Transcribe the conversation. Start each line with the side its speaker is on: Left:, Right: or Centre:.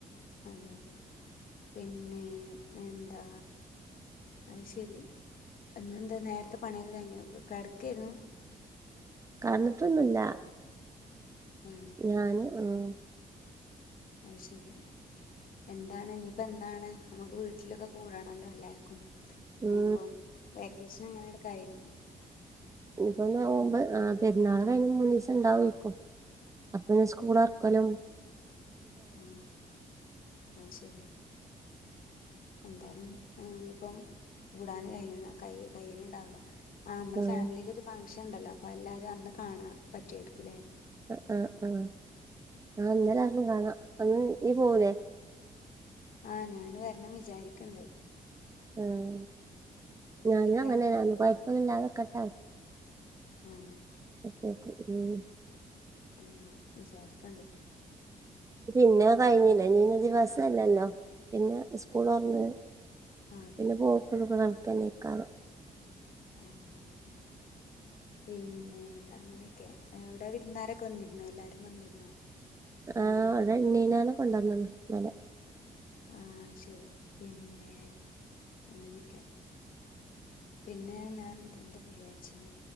Left: അതെ അതെ പിന്നെ എന്താ അയ്ശരി ഇന്ന് എന്താ നേരത്തെ പണിയൊക്കെ കഴിഞ്ഞോ കെടക്കായിരുന്നു.
Right: കെടന്നിട്ടൊന്നുല്ല
Left: ഏ
Right: ഞാന് ആഹ്
Left: അയ്ശരി എന്താണ് ഇനിയിപ്പോ എന്നാണ്? നമുക്ക് വീട്ടിലൊക്കെ കൂടണല്ലോ എല്ലാർക്കും.
Right: ഉം
Left: ഇനിയിപ്പം വേക്കേഷൻ അങ്ങനെ അങ്ങട് കഴിയു
Right: ഇനിപ്പോ നോമ്പ് ആ പെരുന്നാള് കഴിഞ്ഞ് മൂന്നീസം ഇണ്ടാവാരിക്കും. അപ്പെ ഇനി സ്കൂളൊർക്കലും
Left: ആഹ് അയ്ശെരിയാ. എന്തായാലും ആഹ് ഇനിയിപ്പം കൂടാന് കൈയണ കൈ കയ്യല്ണ്ടാവൂല. ആ മ്മളെ
Right: ആഹ്
Left: ഫാമിലീല് ഒരു ഫങ്ങ്ഷൻ ഇണ്ടല്ലോ? അപ്പൊ എല്ലാരും അന്ന് കാണാൻ പറ്റുവായിരിക്കൂല്ലേ?
Right: ആ ആഹ് ആഹ് ആ അന്നേരം ആട്ന്ന് കാണാ അന്ന് നീ പോവൂലേ
Left: ആഹ് ഞാന് വര ണം വിചാരിക്ക്ണ്ട്.
Right: ആഹ്. ഞാനും അങ്ങനെ
Left: വരണം
Right: അന്നു പയ് <unintelligible> ക്കട്ടെ
Left: ആഹ്.
Right: <unintelligible>
Left: ആഹ് വിചാരിക്ക്ണ്ട്.
Right: പിന്നെ കഴിഞ്ഞിലെ ഇനി <unintelligible> ദിവസ് <unintelligible> ല്ലല്ലോ പിന്നെ ഉസ്കൂൾ തൊറന്ന്
Left: ആ അതെ
Right: പിന്നെ
Left: അതെ
Right: <unintelligible> <unintelligible>
Left: ആ അതെ അതെ പിന്നെ അങ്ങനെക്കെ അവിടെ വിരുന്നാരൊക്കെ വന്നിരുന്നോ എല്ലാരും വന്നിരുന്നോ? പങ്ങും
Right: ആ ഇവടെ ഇണ്ണീനാനെ കൊണ്ടന്നണ്ണ് ഇന്നലെ.
Left: ആഹ് ശരി പിന്നെ അങ്ങനെയൊക്കെ പിന്നെ ഞാൻ എന്താപ്പോ വിചാരിച്ചിന്